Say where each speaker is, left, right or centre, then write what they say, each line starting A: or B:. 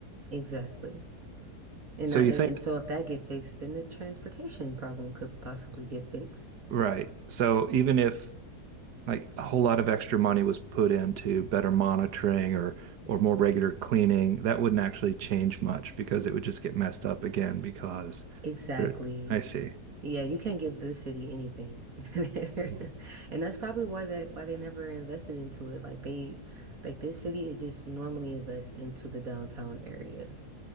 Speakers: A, on the right (about 60°); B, on the right (about 85°).
A: Exactly. And
B: So
A: I,
B: you
A: and,
B: think,
A: and so if that get fixed, then the transportation problem could possibly get fixed.
B: right. So even if like a whole lot of extra money was put into better monitoring or or more regular cleaning, that wouldn't actually change much because it would just get messed up again because
A: Exactly.
B: there, I see.
A: Yeah, you can't give this city anything. <laughs>
B: Hmm.
A: And that's probably why that why they never invested into it. Like they like this city it just normally invests into the downtown area